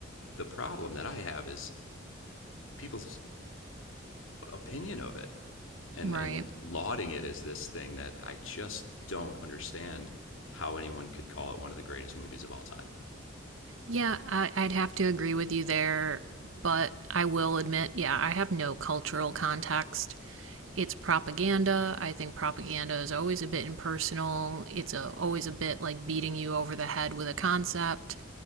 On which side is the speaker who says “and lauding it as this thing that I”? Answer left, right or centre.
Left